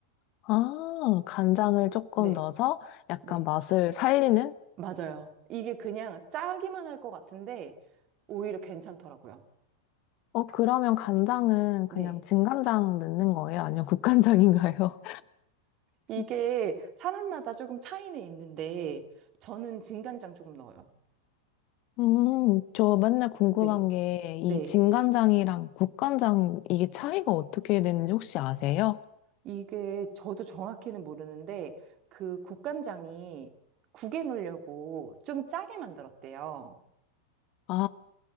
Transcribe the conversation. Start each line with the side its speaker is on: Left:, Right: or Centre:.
Left: 아, 간장을 조금
Right: 네,
Left: 넣어서 약간
Right: 네,
Left: 맛을 살리는?
Right: 맞아요. 이게 그냥 짜기만 할 것 같은데 오히려 괜찮더라고요.
Left: 어, 그러면 간장은
Right: 네,
Left: 그냥 진간장 넣는 거예요? 아니면 국간장인가요?
Right: 이게
Left: <laughs>
Right: 사람마다 조금 차이는 있는데 저는 진간장 조금 넣어요.
Left: 음, 저 맨날 궁금한
Right: 네,
Left: 게,
Right: 네.
Left: 이 진간장이랑 국간장, 이게 차이가 어떻게 되는지 혹시 아세요?
Right: 이게 저도 정확히는 모르는데 그 국간장이 국에 넣으려고 좀 짜게 만들었대요.
Left: 아,